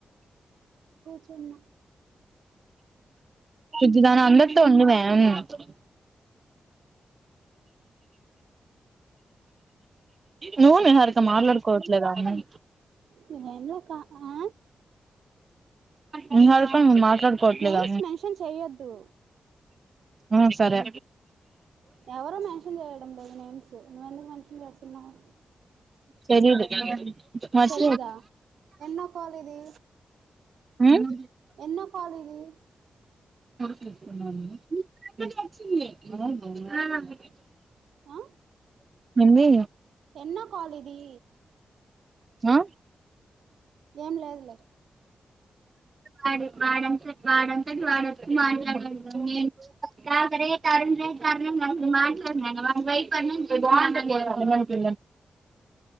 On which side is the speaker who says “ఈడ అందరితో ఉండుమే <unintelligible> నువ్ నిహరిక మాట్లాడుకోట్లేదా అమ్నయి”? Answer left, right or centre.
Right